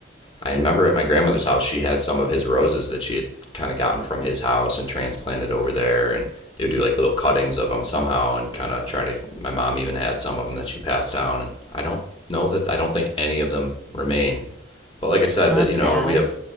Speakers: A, on the left; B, in the centre.
A: I remember at my grandmother's house, she had some of his roses that she had kind of gotten from his house and transplanted over there. And they would do like little cuttings of them somehow and kind of try to. My mom even had some of them that she passed down. And I don't know that, I don't think any of them remain. But like I said,
B: Oh,
A: that,
B: that's
A: you
B: sad.
A: know, we have.